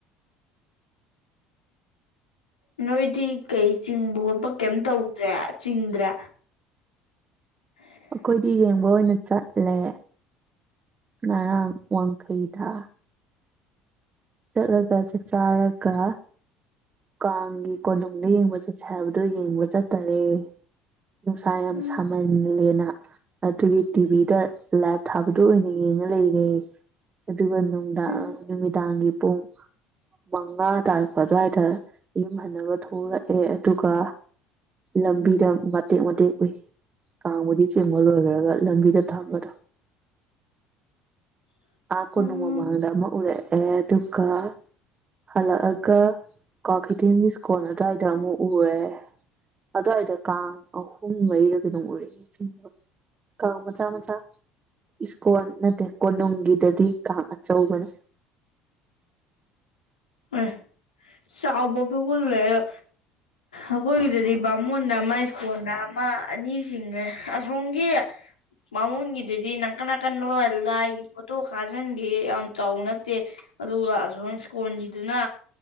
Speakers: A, on the left (about 80°); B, on the right (about 25°).
A: ꯅꯣꯏꯗꯤ ꯀꯩ ꯆꯤꯡꯕ ꯈꯣꯠꯄ ꯀꯦꯝ ꯇꯧꯗ꯭ꯔꯦ ꯆꯤꯡꯗ꯭ꯔꯦ <inaudible>
B: ꯑꯈꯣꯏꯗꯤ ꯌꯦꯡꯕ ꯑꯣꯏꯅ ꯆꯠꯂꯦ ꯉꯔꯥꯡ ꯋꯥꯡꯈꯩꯗ ꯆꯠꯂꯒ ꯆꯥꯛ ꯆꯥꯔꯒ ꯀꯥꯡꯒꯤ ꯀꯣꯅꯨꯡꯗ ꯌꯦꯡꯕ ꯆꯠꯁꯦ ꯍꯥꯏꯕꯗꯣ ꯌꯦꯡꯕ ꯆꯠꯇꯔꯦ ꯅꯨꯡꯁꯥ ꯌꯥꯝ
A: ꯎꯝ
B: ꯁꯥꯃꯜꯂꯦꯅꯥ ꯑꯗꯨꯒꯤ ꯇꯤꯚꯤꯗ ꯂꯥꯏꯚ ꯊꯥꯕꯗꯣ ꯑꯣꯏꯅ ꯌꯦꯡꯉ ꯂꯩꯔꯦ ꯑꯗꯨꯒ ꯅꯨ ꯗꯥꯡ
A: ꯎꯝ
B: ꯅꯨꯃꯤꯗꯥꯡꯒꯤ ꯄꯨꯡ ꯃꯉꯥ ꯇꯥꯔꯛꯄ ꯑꯗꯨꯋꯥꯏꯗ ꯌꯨꯝ ꯍꯟꯅꯕ ꯊꯣꯛꯂꯛꯑꯦ ꯑꯗꯨꯒ ꯂꯝꯕꯤꯗ ꯃꯇꯦꯛ ꯃꯇꯦꯛ ꯎꯏ ꯫ ꯀꯥꯡꯕꯨꯗꯤ ꯆꯤꯡꯕ ꯂꯣꯏꯒ꯭ꯔꯒ ꯂꯝꯕꯤꯗ ꯊꯝꯕꯗꯣ
A: <inaudible>
B: ꯑꯥ ꯀꯣꯅꯨꯡ
A: ꯑꯣ
B: ꯃꯃꯥꯡꯗ ꯑꯃ ꯎꯔꯛꯑꯦ ꯗꯨꯒ ꯍꯜꯂꯛꯑꯒ ꯀ꯭ꯋꯥꯀꯩꯊꯦꯟꯒꯤ ꯁ꯭ꯀꯣꯟ ꯑꯗ꯭ꯋꯥꯏꯗ ꯑꯃꯨꯛ ꯎꯔꯦ ꯫ ꯑꯗ꯭ꯋꯥꯏꯗ ꯀꯥꯡ ꯑꯍꯨꯝ ꯃꯔꯤꯔꯥ ꯀꯩꯅꯣꯝ ꯎꯔꯛꯑꯦ ꯆꯤꯡꯕ ꯀꯥꯡ ꯃꯆꯥ ꯃꯆꯥ ꯏꯁ꯭ꯀꯣꯟ ꯅꯠꯇꯦ ꯀꯣꯅꯨꯡꯒꯤꯗꯗꯤ ꯀꯥꯡ ꯑꯆꯧꯕꯅꯤ
A: ꯑꯦ ꯆꯥꯎꯕ ꯄꯤꯛꯄ ꯂꯩꯔ ꯑꯈꯣꯏꯒꯤꯗꯗꯤ ꯕꯥꯃꯣꯟꯗ ꯑꯃ ꯁ꯭ꯀꯣꯟꯗ ꯑꯃ ꯑꯅꯤ ꯆꯤꯡꯉꯦ ꯑꯁꯣꯝꯒꯤ ꯃꯥꯃꯣꯟ ꯒꯤꯗꯨꯗꯤ ꯅꯥꯀꯟ ꯅꯥꯀꯟ ꯔꯣ ꯂꯥꯏꯒꯤ ꯐꯣꯇꯣ ꯈꯥꯖꯟꯕꯤ ꯌꯥꯝ ꯆꯥꯎꯕ ꯅꯠꯇꯦ ꯑꯗꯨꯒ ꯑꯁꯣꯝ ꯀꯣꯟꯒꯤꯗꯨꯅ